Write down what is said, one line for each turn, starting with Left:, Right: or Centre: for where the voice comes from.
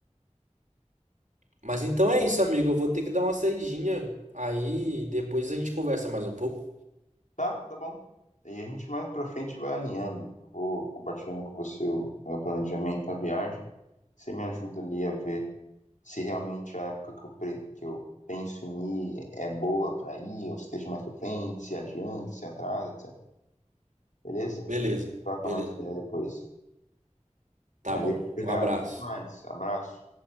Right: Mas então é isso, amigo. Eu vou ter que dar uma saidinha. Aí depois a gente conversa mais um pouco.
Left: Tá, tá bom. E a gente mais pra frente vai alinhando. Vou compartilhando com você o meu planejamento da viagem. Você me ajuda ali a ver se realmente a época que eu, pre- que eu penso em ir é boa pra ir, ou se deixa mais pra frente, se adianta, se atrasa, etc. Beleza?
Right: Beleza,
Left: Troca
Right: beleza.
Left: mais ideia depois.
Right: Tá
Left: Valeu,
Right: bom.
Left: obrigado.
Right: Um abraço.
Left: Até mais. Abraço.